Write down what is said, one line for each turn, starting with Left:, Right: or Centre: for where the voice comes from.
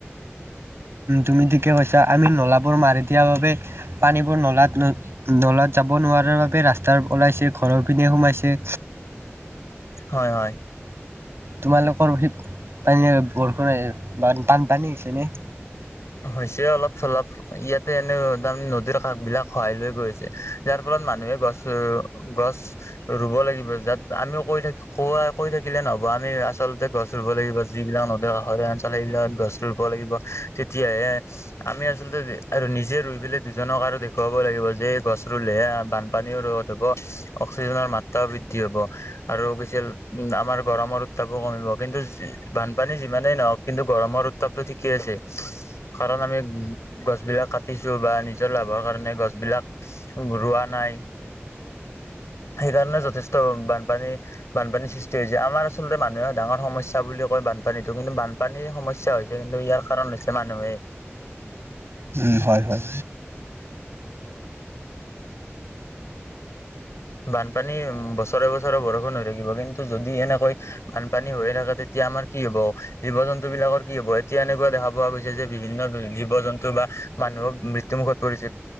Right: তুমি ঠিকে কৈছা আমি নলাবোৰ মাৰি দিয়াৰ বাবে পানীবোৰ নলাত লৈ নলাত যাব নোৱাৰাৰ বাবে ৰাস্তাত ওলাইছে ঘৰৰ পিনে সোমাইছে
Left: হয় হয়
Right: তোমালোকৰ সেই পানী বৰষুণ বানপানী হৈছে নে
Left: হৈছে অলপ চলপ ইয়াতে এনে তাৰ নদীৰ কাষ বিলাক খহায় লৈ গৈ আছে যাৰ ফলত মানুহে গছ গছ ৰুব লাগিব যাত আমিও কৈ থাক কোৱা কৈ থাকিলে নহব আমি আচলতে গছ গছ ৰুব লাগিব যিবিলাক নদীৰ কাষৰীয়া অঞ্চল সেইবিলাক গছ ৰুব লাগিব তেতিয়াহে আমি আচলতে আৰু নিজে ৰুই পেলাই দুজনক আৰু দেখুৱাব লাগিব যে এই গছ ৰুলেহে বানপানীও ৰোধ হব অক্সিজেনৰ মাত্ৰাও বৃদ্ধি হব আৰু কৈছিল উম আমাৰ গৰমৰ উত্তাপো কমিব কিন্তু বানপানী যিমানেই নহওক কিন্তু গৰমৰ উত্তাপ ঠিকে আছে কাৰণ আমি গছবিলাক কাটিছোঁ বা নিজৰ লাভৰ কাৰণে গছবিলাক ৰোৱা নাই, সেইকাৰণে যথেষ্ট বানপানী বানপানীৰ সৃষ্টি হৈছে! আমাৰ আচলতে মানুহে ডাঙৰ সমস্যা বুলি কয় বানপানীতো, কিন্তু বান পানীৰ, সমস্যা হৈছে, কিন্তু ইয়াৰ কাৰণ হৈছে মানুহে!
Right: উম, হয়, হয়!
Left: বানপানী বছৰে, বছৰে বৰষুণ হৈ থাকিব, কিন্তু যদি এনেকৈ বানপানী হৈয়ে থাকে তে তিয়া, আমাৰ কি হ'ব? জীৱ জন্তু বিলাকৰ কি হ'ব? এতিয়া এনেকুৱা দেখা পোৱা গৈছে যে বিভিন্ন জীৱ জন্তু বা মানুহক মৃত্যুমুখত পৰিছে!